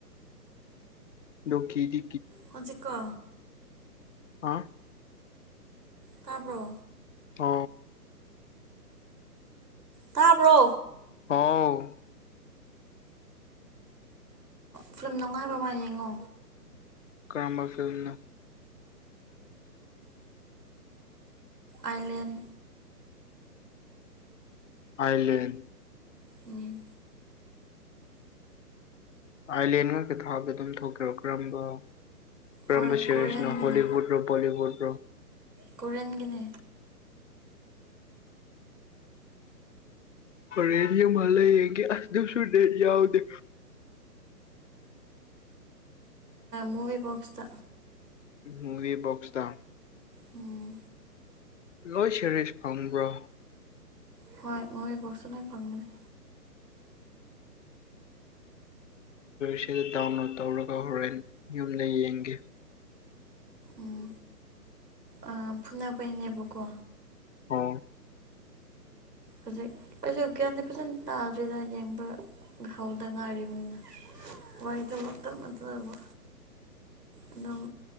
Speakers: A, on the left; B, on the right.
A: ꯂꯣꯛꯀꯤꯗꯤ
B: ꯍ ꯆꯤꯀꯣ
A: ꯍꯥ
B: ꯇꯥꯔꯕꯣ
A: ꯇ
B: ꯇ ꯄꯨ꯭ꯔꯣ
A: ꯑꯥꯎ
B: ꯐꯤꯂꯝ ꯅꯨꯡꯉꯥꯏꯕ ꯑꯃ ꯌꯦꯡꯉꯣ
A: ꯀꯔꯝꯕ ꯐꯤꯂꯝꯅ
B: ꯑꯥꯏꯂꯦꯟ
A: ꯑꯥꯏꯂꯦꯟ
B: ꯎꯝ
A: ꯑꯥꯏꯂꯦꯟꯒꯕ ꯊꯥꯎꯗ ꯑꯗꯨꯝ ꯊꯣꯛꯀꯦꯔꯣ ꯀꯔꯝꯕ ꯕ꯭ꯔꯍꯃ
B: ꯍꯣꯏ
A: ꯁꯤꯔꯤꯁꯅꯣ
B: ꯀꯣꯔꯤꯌꯟꯒꯤꯅꯦ
A: ꯍꯣꯂꯤꯋꯨꯠ ꯔꯣ ꯣꯂꯤꯋꯨꯠ ꯔꯣ
B: ꯀꯔꯦꯟꯒꯅꯦ
A: ꯄ ꯑꯦꯔꯤꯌꯥ ꯃꯥ ꯂꯩ ꯌꯦ ꯀ ꯑꯗ ꯁꯨ ꯗꯦꯔꯤꯌꯥ ꯑꯗ
B: ꯃꯚꯤꯕꯣꯛꯁꯇ
A: ꯃꯨꯕꯤꯕꯣꯛꯁꯗ
B: ꯎꯝ
A: ꯂꯣꯏ ꯁꯦꯔꯤꯁ ꯐꯪꯕ꯭ꯔꯣ
B: ꯍꯣꯏ ꯃꯣꯏꯔꯤ ꯣꯛꯁꯅ ꯐꯪ ꯃꯅꯦ
A: ꯁꯤꯗ ꯗꯥꯎꯟꯂꯣꯠ ꯇꯧꯔꯒ ꯍꯣꯔꯦꯟ ꯌꯨꯝꯗ ꯌꯦꯡꯒꯦ
B: ꯎꯝ ꯑ ꯐꯨꯅꯕꯩꯅꯦꯕꯀꯣ
A: ꯍ
B: ꯍꯧꯖꯤ ꯑꯩꯁꯨ ꯒ꯭ꯌꯥꯟꯗ ꯐꯖꯅ ꯇꯥꯗ꯭ꯔꯤꯗ ꯌꯦꯡꯕ ꯍꯧꯗ ꯉꯥꯏꯔꯤꯕꯅꯤꯅ ꯋꯥꯣꯏꯗ ꯃ ꯃꯇꯝ ꯅꯠꯇꯕ ꯑꯗꯨꯝ